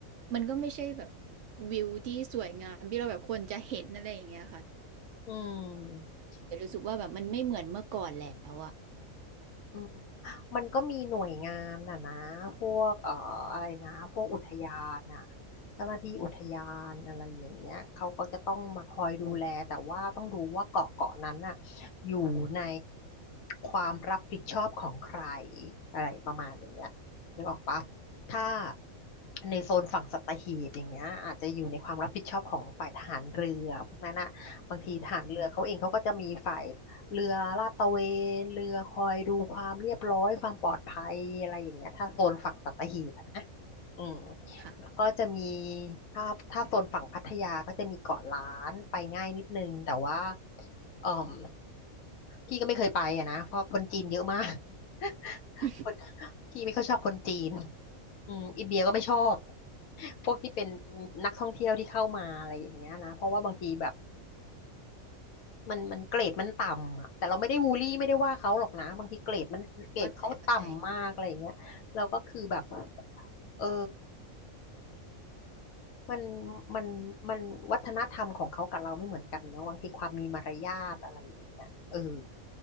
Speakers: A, on the right; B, on the left.
A: มันก็ไม่ใช่แบบวิวที่สวยงามที่เราแบบควรจะเห็นอะไรอย่างเงี้ยค่ะ
B: อืม
A: แต่รู้สึกว่าแบบมันไม่เหมือนเมื่อก่อนแล้วอะ
B: อืม มันก็มีหน่วยงานน่ะนะพวกเอ่ออะไรนะพวกอุทยานน่ะเจ้าหน้าที่อุทยานอะไรอย่างเงี้ยเขาก็จะต้องมาคอยดูแลแต่ว่าต้องดูว่าเกาะเกาะนั้นน่ะอยู่ในความรับผิดชอบของใครอะไรประมาณอย่างเงี้ยนึกออกปะถ้าในโซนฝั่งสัตหีบอย่างเงี้ยอาจจะอยู่ในความรับผิดชอบของฝ่ายทหารเรือพวกนั้นน่ะบางทีทหารเรือเขาเองเขาก็จะมีฝ่าย
A: อืม
B: เรือลาดตระเวนเรือคอยดูความเรียบร้อยความปลอดภัยอะไรอย่างเงี้ยถ้าโซนฝั่งสัตหีบอะนะอืม
A: ค่ะ
B: แล้วก็จะมีถ้าถ้าโซนฝั่งพัทยาก็จะมีเกาะล้านไปง่ายนิดนึงแต่ว่าเอ่มพี่ก็ไม่เคยไปอะนะเพราะคนจีนเยอะมาก <laughs>
A: <laughs>
B: คนพี่ไม่ค่อยชอบคนจีนอืมอินเดียก็ไม่ชอบพวกที่เป็นนักท่องเที่ยวที่เข้ามาอะไรอย่างเงี้ยนะเพราะว่าบางทีแบบ มันมันเกรดมันต่ำอ่ะแต่เราไม่ได้บูลลี่ไม่ได้ว่าเขาหรอกนะบางทีเกรดมันเกรดเขาต่ำมากอะไรอย่างเงี้ยเราก็คือแบบ
A: เข้าใจเข้าใจ
B: เออมันมันมันวัฒนธรรมของเขากับเราไม่เหมือนกันเนาะบางทีความมีมารยาทอะไรอย่างเงี้ยเออ